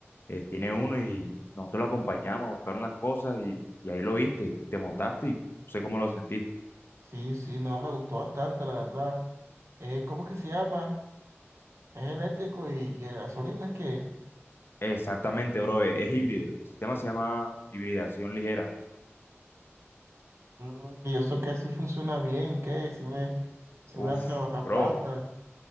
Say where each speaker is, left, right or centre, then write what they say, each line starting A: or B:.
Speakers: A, on the left; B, on the right.
A: eh, tiene uno y nosotros lo acompañamos a buscar unas cosas y, y ahí lo viste, te montaste y no sé cómo lo sentiste.
B: Sí, sí, no, me gustó bastante, la verdad. Eh, ¿cómo que se llama? Es eléctrico y, y a gasolina, es que
A: Exactamente, bro, e- es, híbrido, el sistema se llama hibridación ligera.
B: Mm, y eso que así funciona bien, que si me, si
A: Uf,
B: me hace ahorrar
A: bro,
B: plata.